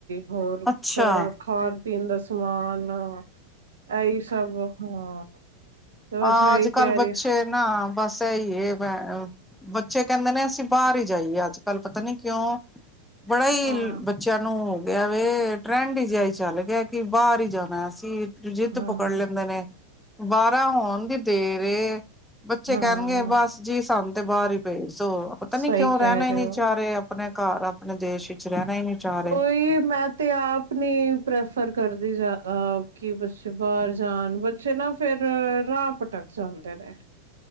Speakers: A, on the right (about 65°); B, in the centre.
A: ਹੋਰ
B: ਅੱਛਾ।
A: ਸਾਰਾ ਖਾਣ ਪੀਣ ਦਾ ਸਮਾਨ ਸਮਾਨ ਇਹ ਸਭ ਹਾਂ
B: ਅ
A: ਤੇ ਬਸ ਇਹੀ
B: ਅੱਜ ਕੱਲ
A: ਤਿਆਰੀ
B: ਬੱਚੇ ਨਾ ਬਸ ਇਹੀ ਹੈੈਂ ਬੱਚੇ ਕਹਿੰਦੇ ਨੇ ਅਸੀਂ ਬਾਹਰ ਹੀ ਜਾਈਏ ਅੱਜ ਕੱਲ ਪਤਾ ਨੀ ਕਿਉਂ ਬੜਾ ਹੀ
A: ਹਾਂ
B: ਬੱਚਿਆਂ ਨੂੰ ਹੋ ਗਿਆ ਵ ਟਰੈਂਡ ਹੀ ਜਿਹਾ ਹੀ ਚੱਲ ਗਿਆ ਕਿ ਬਾਹਰ ਹੀ ਜਾਣਾ ਅ ਜਿੱਦ
A: ਹਾਂ
B: ਪਕੜ ਲੈਂਦੇ ਨੇ ਬਾਰਾਂ ਹੋਣ ਦੀ ਦੇ ਰ ਬੱਚੇ
A: ਹਾਂ
B: ਕਹਿਣਗੇ ਬਸ ਜੀ ਸਾਨ ਤੇ ਬਾਹਰ ਹੀ ਪੇਜ ਸੋ ਪਤਾ
A: ਸਹੀ
B: ਨੀ ਕਿਉਂ ਰਹਿਣਾ
A: ਕਹਿ ਰਹੇ
B: ਹੀ ਨੀ
A: ਹੋ
B: ਚਾਹ ਰਹੇ ਆਪਣੇ ਘਰ ਆਪਣੇ ਦੇਸ਼ ਵਿੱਚ ਰਹਿਣਾ ਹੀ ਨੀ ਚਾਹ ਰਹੇ
A: ਉਹੀ ਮੈਂ ਤੇ ਆਪ ਨੀ ਪ੍ਰੈਫਰ ਕਰਦਾ। ਜ਼ਿਆਦਾ ਕਿ ਬੱਚੇ ਬਾਹਰ ਜਾਣ ਬੱਚੇ ਨਾ ਫੇਰ ਰਾਹ ਭਟਕ ਜਾਂਦੇ ਰਹੇ,